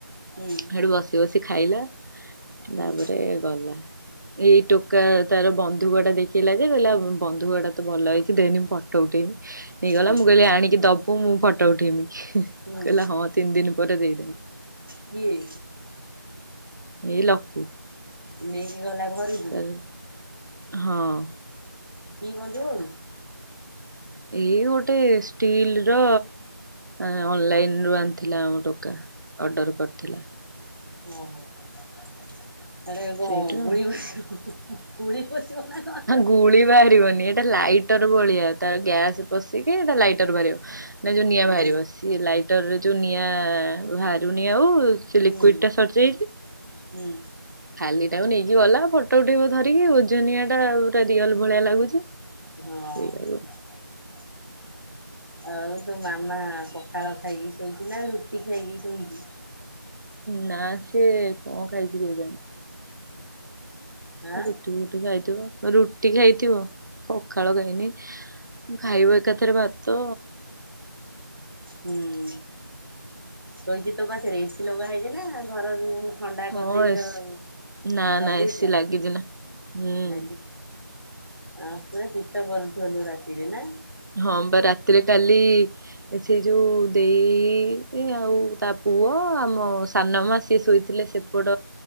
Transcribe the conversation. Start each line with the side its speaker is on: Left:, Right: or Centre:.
Centre: ହୁଁ
Right: ହେଠୁ ବସି ବସି ଖାଇଲା।
Centre: ହୁଁ
Right: ତାପରେ ଗଲା ଏଇ ଟୋକା ତାର ବନ୍ଧୁକ ଟା ଦେଖେଇଲା ଯେ କହିଲା। ବନ୍ଧୁକଟା ତ ଭଲ ହେଇଛି ଦେନି ମୁଁ ଫଟ ଉଠେଇମି ନେଇଗଲା
Centre: ହୁଁ
Right: ମୁଁ କହିଲି ଆଣିକି ଦ ବୁ ମୁଁ ଫଟ ଉଠେଇମି କହିଲା
Centre: ହୁଁ
Right: ହଁ ତିନି ଦିନ ପରେ ଦେଇଦେଲା।
Centre: କିଏ?
Right: ଏଇ ଲକୁ।
Centre: ନେଇକି ଗଲା ଘରୁକୁ।
Right: <unintelligible> ହଁ।
Centre: କି ବନ୍ଧୁ?
Right: ଏଇ ଗୋଟେ ଷ୍ଟିଲ ର। ଆଁ ଅନଲାଇନୁ ଆଣଥିଲା ଆମ ଟୋକା ଅର୍ଡ଼ର କରିଥିଲା।
Centre: ଓହୋ ଏଟାରେ କଣ
Right: ସେଇଟା
Centre: ଗୁଳି
Right: ଆଉ।
Centre: <unintelligible> ଊଂହ ଗୁଳି ଫୁଟିବ ନା କଣ ଲୋ?
Right: ଗୁଳି ବାହାରିବନି ଏଇଟା ଲାଇଟର ଭଳିଆ ତାର ଗ୍ୟାସ ପଶିକି ଏଇଟା ଲାଇଟର ବାହାରିବ ନା ଯୋଉ ନିଆଁ
Centre: ହୁଁ
Right: ବାହାରିବ। ସିଏ ଲାଇଟରରେ ଯୋଉ ନିଆଁ ବାହାରୁନି ଆଉ। ସେ
Centre: ହୁଁ
Right: ଲିକୁଇଡ ଟା ସରଯାଇଛି।
Centre: ହୁଁ
Right: ଖାଲିଟାକୁ ନେଇକି ଗଲା ଫଟୋ ଉଠେଇବ ଧରିକି ଓଜନିଆ ଟା ପୁରା ରିଅଲ ଭଳିଆ ଲାଗୁଛି।
Centre: ହଁ।
Right: ସେଇଆକୁ <inaudible>
Centre: ଆଉ ତୋ ମାମା ପଖାଳ ଖାଇକି ଶୋଇଚି ନା ରୁଟି ଖାଇକି ଶୋଇଚି?
Right: ନା ସିଏ କଣ ଖାଇଛି କେଜାଣି।
Centre: ଆଁ
Right: ରୁଟି ଫୁଟି ଖାଇଥିବ ରୁଟି ଖାଇଥିବ ପଖାଳ ଖାଇନି। ଉଁ ଖାଇବ ଏକାଥରେ ଭାତ।
Centre: ହୁଁ ଶୋଇଚି ତୋ ପାଖେରେ ଏସି ଲଗା ହେଇଛି ନା ଘର ଯୋଉ ଥଣ୍ଡା
Right: ହଁ
Centre: କରିଦେଇଚ
Right: ଏସି
Centre: ଆଉ
Right: ନା
Centre: ଲଗେଇଚ।
Right: ନା ଏସି ଲାଗିଛି ନା ହୁଁ।
Centre: ଲାଗଛି ଆ ପୁରା ଶୀତ କରୁଥିବ ନୁହଁ ରାତିରେ ନା?
Right: ହଁ ବା ରାତିରେ କାଲି। ଏ ସେଇ ଯୋଉ ଦେଇ ଆଉ ତା ପୁଅ ଆମ ସାନମା ସିଏ ଶୋଇଥିଲେ ସେ ପଟ